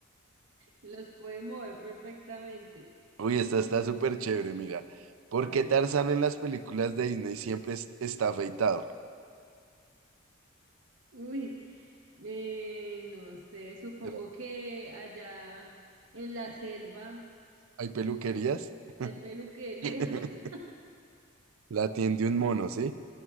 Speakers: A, on the right (about 75°); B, on the right (about 85°).
A: los puede mover perfectamente.
B: Uy, esta está súper chévere, mira. ¿Por
A: A
B: qué
A: ver.
B: Tarzán en las películas de Disney siempre es- está afeitado?
A: Uy, eh, no sé, supongo
B: Tra-
A: que allá en la selva
B: ¿Hay peluquerías?
A: hay peluquería.
B: <laughs>
A: <laughs>
B: La tiende un mono, ¿sí?